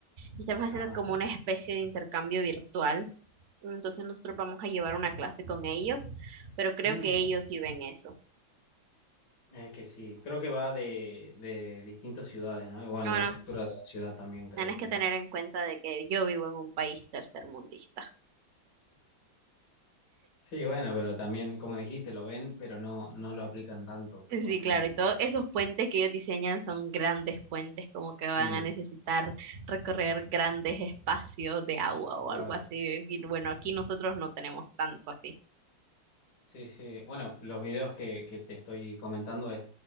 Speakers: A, on the right; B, on the left.
A: y estamos haciendo
B: Ajá.
A: como una especie de intercambio virtual. Entonces nosotros vamos a llevar una clase con ellos, pero creo
B: Mm,
A: que
B: mira.
A: ellos sí ven eso.
B: Es que sí, creo que va de, de distintas ciudades, ¿no? Y Bueno,
A: Bueno,
B: la estructura de la ciudad también creo
A: Tienes
B: que...
A: que tener en cuenta de que yo vivo en un país tercermundista.
B: Sí, bueno, pero también, como dijiste, lo ven, pero no, no lo aplican tanto, capaz
A: Sí,
B: que
A: claro,
B: no.
A: y todos esos puentes que ellos diseñan son grandes puentes, como que van
B: Mm,
A: a necesitar recorrer grandes espacios de agua o
B: claro.
A: algo así. Y bueno, aquí nosotros no tenemos tanto así.
B: Sí, sí. Bueno, los videos que, que te estoy comentando es,